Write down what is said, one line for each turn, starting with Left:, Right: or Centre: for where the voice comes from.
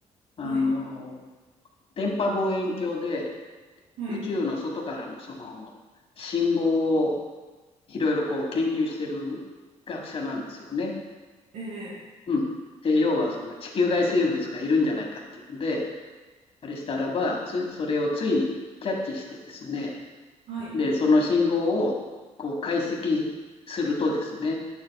Left: あの、
Right: はい、
Left: 電波望遠鏡で
Right: はい。
Left: 宇宙の外からのその、信号をいろいろこう研究してる学者なんですよね。
Right: ええ、
Left: うん。で、要はその地球外生物がいるんじゃないかっていうんで、あれしたらば、つ、それをついにキャッチしてですね、
Right: はい、
Left: で、その信号をこう解析するとですね、